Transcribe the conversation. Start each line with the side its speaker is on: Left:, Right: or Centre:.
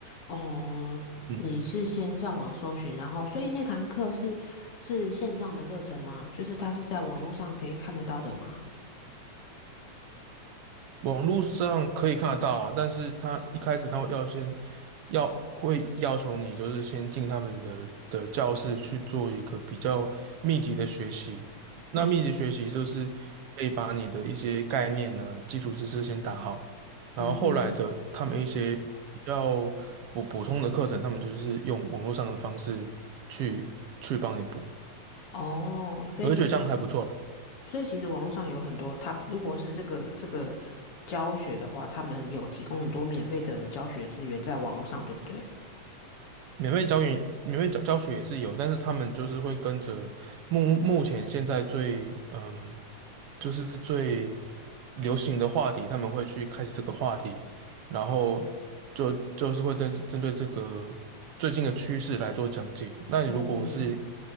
Left: 哦，
Right: 嗯，
Left: 你是先上网搜寻，然后，所以那堂课是是线上的课程吗？就是它是在网络上可以看得到的吗？
Right: 网络上可以看得到啊，但是他一开始他会要先要会要求你，就是先进他们的的教室去做一个比较密集的学习。那密集学习就是可以把你的一些概念呢、
Left: 嗯
Right: 基础知识先打好，然后后来的他们一些比较补补充的课程，
Left: 嗯哼，
Right: 他们就是用网络上的方式去去帮你补。
Left: 哦，所以也就是，
Right: 我就觉得这样还不错了。
Left: 所以其实网络上有很多，他们如果是这个这个教学的话，他们有提供很多免费的教学资源在网络上，对不对？
Right: 免费教研免费教教学也是有，但是他们就是会跟着目目前现在最嗯，就是最流行的话题，他们会去开始这个话题，然后就就是会针针对这个最近的趋势来做讲解。那你如果是
Left: 哦，